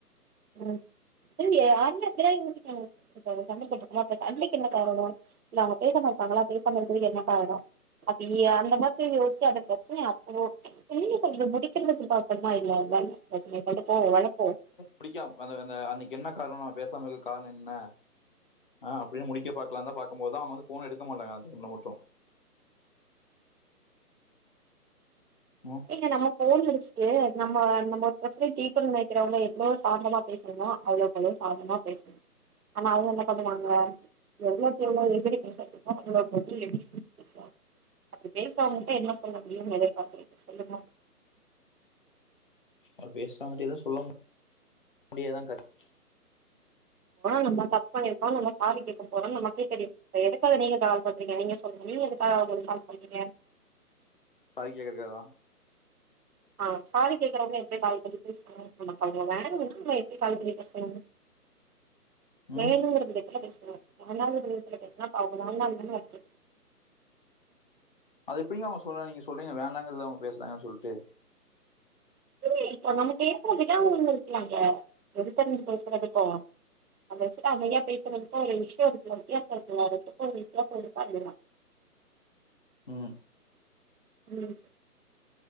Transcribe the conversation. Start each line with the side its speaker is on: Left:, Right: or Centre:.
Right: ம் செரிங்க யாருனே தெரியாது சண்டைக்கு என்ன காரணம் இல்ல அவங்க பேச மாட்டாங்களா பேசாம இருக்குறதுக்கு என்ன காரணம் அப்டியிலையா அந்த மாதிரி யோசிச்சு அந்த பிரச்சனைய அவ்ளோ சீக்கிரமா முடிக்கணும்னு பாக்கணும்ம இல்லையா போ வளப்போம்
Left: பிடிக்க அந்த அந்த அன்னைக்கு என்ன காரணோம் பேசாமல் இருக்க காரண என்ன ஆஹ் அப்படின்னு முடிக்க பாக்கலாந்தான் பார்க்கும் போதுதான் அவங்க வந்து போன் எடுக்க முடியலங்க அந்த டைம்ல மட்டும் ம்
Right: ஏங்க நம்ம போன் அடிச்ச இது நம்ம நம்ம ஒரு பிரச்சனை திக்கணும்னு நெனைக்கிறவங்க எவ்வளோ சாந்தமா பேசுணோ அவ்வளோ கொஞ்சம் சாந்தமாக பேசுணும் ஆனா அது என்ன பண்ணம் நாங்கள் எவ்வளோக்கு எவ்வளோ எகிரி பேசட்டு இருக்கோம் அவ்வளோ கொஞ்சம் எப்படி பேசலாம் அப்படி பேசுறவங்களங்கிட்ட என்ன சொல்ல முடியும்னு எதிர்பார்குறீங்க சார் சொல்லுங்க
Left: அவ பேசறவங்கிட்ட எதவும் சொல்ல முடியாதான் கரெக்டு
Right: நம்ம தப்பு பண்ணி இருக்கோம் நம்ம சாரி கேட்க போறோம் நம்ம எதுக்கா நீங்க கால் பண்றீங்க நீங்க சொல்லுங்க நீங்க எதுக்காக கால் பண்ணீங்க
Left: சாரி கேக்குறதுக் காக தான்
Right: ஆஹ் சாரி கேக்குறவங்க எப்படி கால் பண்ணிட்டு பேசுவங்க நமக்க வேன எப்படி கால் பண்ணி பேச சொல்ல
Left: ம்
Right: பயங்கர பில்டப்ல பேசுவங்க நான் தான் இது பண்ணி இருக்க மாட்டேன் அய்யோ ஓ பாவம்
Left: அது எப்படிங்க அவங்க சொல்லாம் நீங்க சொல்றீங்க வேண்டாங்கறத அவங்க பேசுறாங்கன்னு சொல்லிட்டு
Right: இல்ல இப்போ நாம பேசுற விதம்ன்னு ஒன்னு இருக்குல்ல ஒருத்தருக்கு ஒருத்தர் இருப்போம் அந்த விசியத்த அமைதியா பேசிட்டு இப்போ ஒரு விசியம் கேட்கணும்றப்ப கோவம் வருமா இல்லையா
Left: உஹம்
Right: உம்